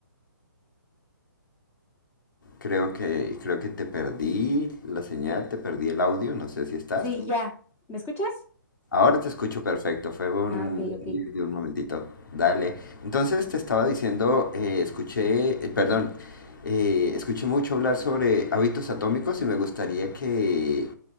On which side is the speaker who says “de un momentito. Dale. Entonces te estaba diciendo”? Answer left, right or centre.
Left